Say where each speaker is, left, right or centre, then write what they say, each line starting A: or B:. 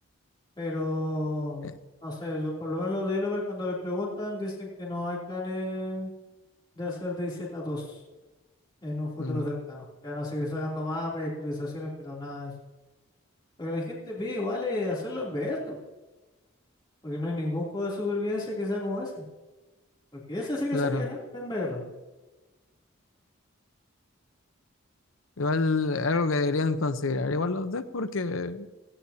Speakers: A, on the left; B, on the left.
A: Pero,
B: Eh,
A: no sé, yo- por lo menos los developers cuando le preguntan dicen que no hay planes de hacer dayz dos en un futuro
B: mm,
A: cercano. Que van a seguir sacando mapas y actualizaciones, pero nada de eso. Lo que la gente pide igual es hacerlo en VR, po, porque no hay ningún juego de supervivencia que sea como ese. Porque ese sí que
B: claro.
A: sería hardcore en VR.
B: Igual algo que deberían considerar, igual los devs, porque